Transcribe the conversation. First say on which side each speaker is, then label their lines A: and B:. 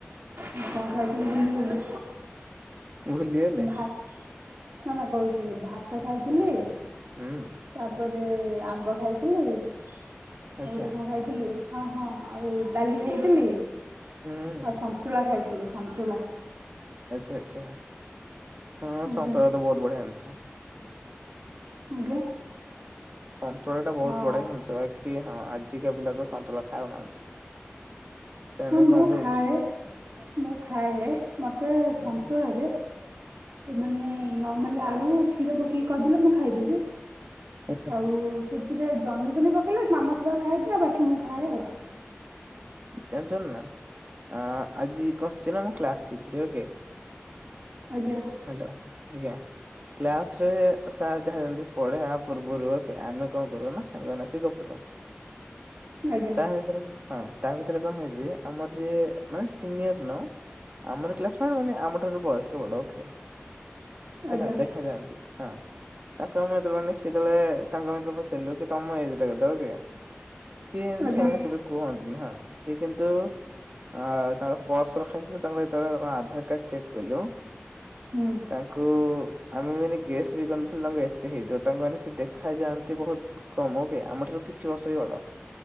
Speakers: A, on the right (about 55°); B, on the right (about 40°).
A: ମୁଁ କଣ ଖାଇଥିଲି ଭୁଲିଗଲି।
B: ଭୁଲିଗଲେ
A: ଭାତ ନା ନା କହୁଛି ଭାତ। ରତ ଖାଇଥିଲି
B: ହୁଁ
A: ତାପରେ ଆମ୍ବ ଖାଇଥିଲି। ଆଉ
B: ଆଚ୍ଛା
A: ଗୋଟେ କଣ ଖାଇଥିଲି। ହଁ ହଁ ଆଉ ଡାଲି ଖାଇଥିଲି।
B: ହୁଁ
A: ଆଉ ସନ୍ତୁଳା ଖାଇଛିି। ିଲ ସନ୍ତଳା
B: ଆଛା ଆଛା। ହଁ
A: ଆଜ୍ଞା
B: ସନ୍ତୁଳା ତ ବହୁତ ବଢିଆ ଜିନିଷ।
A: ଆଜ୍ଞା।
B: ସନ୍ତୁଳା ଟା ବହୁତ
A: ହଁ।
B: ବଢିଆ ଜିନିଷ ବାକି ହଁ ଆଜିକା ପିଲା ତ ସନ୍ତୁଳା ଖାଉନାହାନ୍ତି। ସେମାନେ
A: ହଁ ମୁଁ
B: ଗନ୍ଧଉଛି
A: ଖାଏ। ମୁଁ ଖାଏ ହେ ମତେ ଗୋଟେ ସନ୍ତୁଳା
B: ହୁଁ
A: ରେ ସେମାନେ ନର୍ମାଲି ଆଳୁ କ୍ଷୀର ପକେଇକି କରିଦେଲେ ମୁଁ ଖାଇଦେବି।
B: ଆଚ୍ଛା।
A: ଆଉ ସେଥିରେ ଜନହି ପହନି ପକେଇଲେ ମାମ ସେ ଗୁଡ଼ା ଖାଇଦିଏ ଆଉ ବାକି ମୁଁ ଖାଏ ଆଉ।
B: ଟେନ୍ସନ ନା। ଆ ଆଜି କହିଛି ନା ମୁଁ କ୍ଲାସ ରେ ଥିଲି ଓକେ
A: ଆଜ୍ଞା।
B: ହାଲୋ ଆଜ୍ଞା କ୍ଲାସରେ ସାର ଯାହା ପଢେଇବା ପୂର୍ବରୁ ଓକେ ଆମେ କଣ କରୁ ନା ସାଙ୍ଗମାନେ ସେ ଗପୁ ଥାଉ
A: ଆଜ୍ଞା
B: ତାହା ଭିତରେ ହଁ। ତା ଭିତରେ କଣ ହେଇଛି ଯେ ଆମର ଯିଏ ମାନେ ସିନିୟର ନ ଆମର କ୍ଲାସମେଟ ମାନେ ଆମ ଠାରୁ ବୟସର ବଡ ଓକେ।
A: ଆଜ୍ଞା
B: ହେଲା ଦେଖାଯାଆନ୍ତି ହଁ ତାଙ୍କ ମାନେ ସେତବେଳେ ତାଙ୍କ ଭଳେ ପଚାରିଲ କି ତମେ ଏଜ୍ ଟା କେତେ ଓକେ। ସିଏ ଏମିତି
A: ଆଜ୍ଞା
B: ସେମାନେ କେବେ କୁହନ୍ତିନି ହଁ। ସିଏ କିନ୍ତୁ ହଁ ତାଙ୍କ ପର୍ସ ଖାଇଥିଲ ତାଙ୍କ ଯେତେବେଳେ ତା ଆଧାର କାର୍ଡ ଚେକ୍ କଲୁ
A: ହୁଁ
B: ତାଙ୍କୁ ଆମେ ବି ମାନେ ଗେସ୍ ବି କରିନଥିଲୁ ତାଙ୍କୁ ଏତେ ହେଇଥିବ ତାଙ୍କୁ ମାନେ ସେ ଦେଖା ଯାଆ ସେ ବହୁତ କମ ଓକେ ଆମ ଠାରୁ କିଛି ବର୍ଷ ହି ବଡ